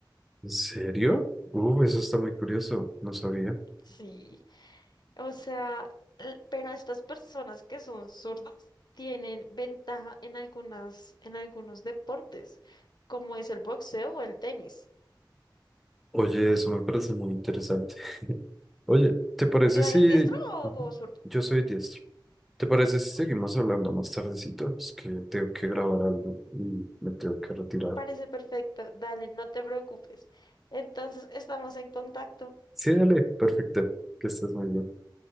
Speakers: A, in the centre; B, on the left.
A: ¿En serio? Uh, eso está muy curioso, no sabía.
B: Sí. O sea, l- pero estas personas que son zurdas tienen ventaja en algunas, en algunos deportes, como es el boxeo o el tenis.
A: Oye, eso me parece muy interesante. <laughs> Oye, ¿te parece
B: ¿Tú eres
A: si...
B: diestro
A: Ujú,
B: o zurdo?
A: Yo soy diestro. ¿Te parece si
B: Ok.
A: seguimos hablando más tardecito? Es que tengo que grabar algo y me tengo que retirar.
B: Me parece perfecto. Dale, no te preocupes. Entonces, estamos en contacto.
A: Sí, dale, perfecto. Que estés muy bien.